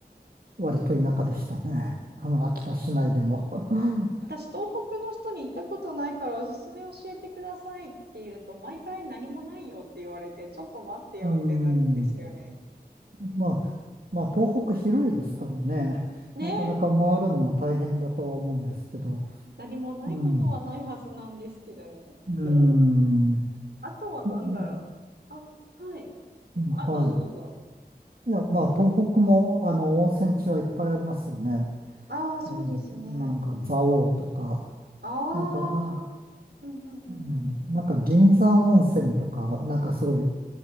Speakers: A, on the right (about 60°); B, on the right (about 80°).
A: 割と田舎でしたね。あの、秋田市内でも。<laughs>
B: 私、東北の人に行ったことないから、おすすめ教えてくださいって言うと、毎回何もないよって言われて、ちょっと待ってよってなるんですよね。
A: うん。まあ、まあ、東北広いですからね、
B: ねえ、
A: なかなか回るのも大変だとは思うんですけど、
B: 何もないことはないはずなんですけどね。
A: うん、
B: <laughs>
A: うん、
B: あとは何だろう。
A: も
B: あ、はい。
A: うんは
B: あ、どうぞどうぞ。
A: い。いや、まあ、東北も、あの、温泉地はいっぱいありますよね。
B: ああ、そうですね。
A: ええなんか、蔵王とか、
B: ああ、
A: なんか、あ
B: うんうんうん
A: うん、なんか、銀山温泉とか、なんかすごい、